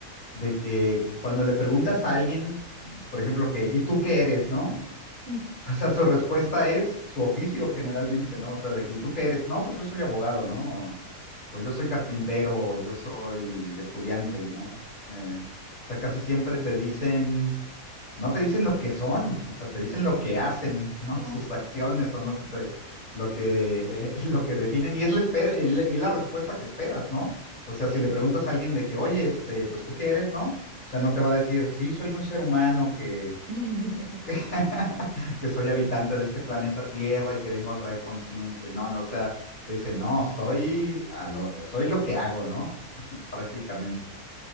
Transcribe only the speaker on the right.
Mm,
Ya.
<laughs>